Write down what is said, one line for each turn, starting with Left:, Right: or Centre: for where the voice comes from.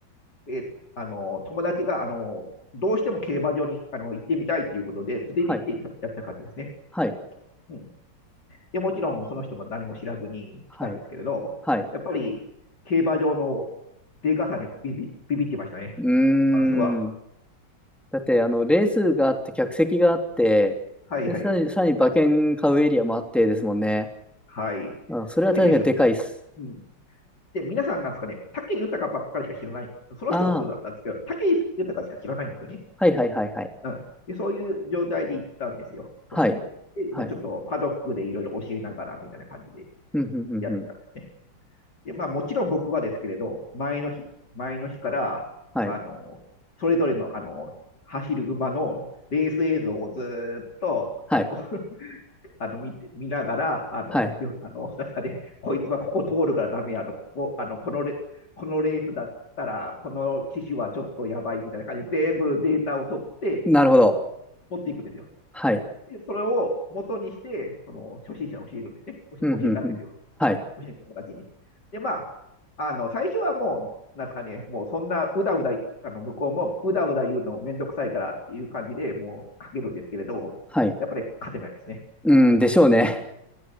Left: えあの、友達が、あの、どうしても競馬場にあの行ってみたいということで、連れて行ってやった感じですね。
Centre: はい。はい。
Left: うん。で、もちろんその人も何も知らずに来たんですけれど、
Centre: はい。はい。
Left: やっぱり競馬場のでかさにはビビ、ビビってましたね。
Centre: うー
Left: まずは。
Centre: ん。だって、あの、レースがあって、客席があって、
Left: はいはい。
Centre: で、さらに、さらに馬券買うエリアもあってですもんね。
Left: はい。
Centre: うん、それは確かにでかいっす。
Left: でですね。うん。で、皆さんなんですかね、武豊ばっかりしか知らない。その人もそうだったんですけど、
Centre: ああ、
Left: 武豊しか知らないんですよね。
Centre: はいはいはいはい。
Left: うんで、そういう状態で行ったんですよ、
Centre: はい。
Left: その人も。で、
Centre: はい。
Left: まあ、ちょっとパドックでいろいろ教えながらみたいな感じで
Centre: うん、うん、うん、
Left: やってたんですね。
Centre: うん。
Left: で、まあもちろん僕はですけれど、前の日、前の日から、
Centre: はい。
Left: あの、それぞれの、あの、走る馬のレース映像をずっと、
Centre: はい。
Left: あの、<laughs> あの見て、見ながら、あの、
Centre: はい。
Left: よ、あの中で、なんかねこいつはここ通るからダメやと、ここ、あの、このレ、このレースだったら、この騎手はちょっとやばいみたいな感じで、全部データを取って
Centre: なるほど。
Left: 持っていくんですよ。
Centre: はい。
Left: でそれを元にして、その初心者を教えるんですね。教え教えたんですよ。
Centre: うん、うん、うん。はい。
Left: 教えた友達に。で、まあ、あの、最初はもう、なんですかね、もうそんなうだうだ、あの、向こうもうだうだ言うのめんどくさいからっていう感じでもうかけるんですけれど、
Centre: はい。
Left: やっぱり勝てないですね。
Centre: うん、でしょうね。